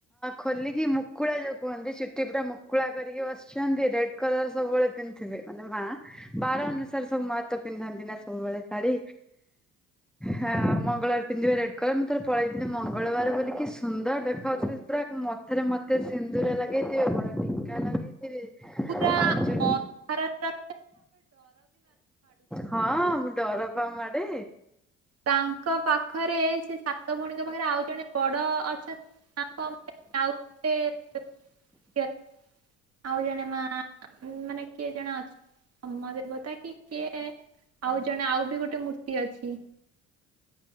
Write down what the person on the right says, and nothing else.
ପୁରା
ଭାରତ
ତାଙ୍କ ପାଖରେ ସେ ସାତ ଭଣିକା ପାଖରେ ଆଉ ଜଣେ ବଡ ଅଛନ୍ତି କଣ ଆଉ ଗ କି ଆଉ ଜଣେ ମା ମାନେ କିଏ ଜଣେ ଅଛି ସମ ବତା କି କିଏ ଆଉ ଜଣେ ଆଉ ବି ଗୋଟେ ମୂର୍ତ୍ତି ଅଛି। <inaudible>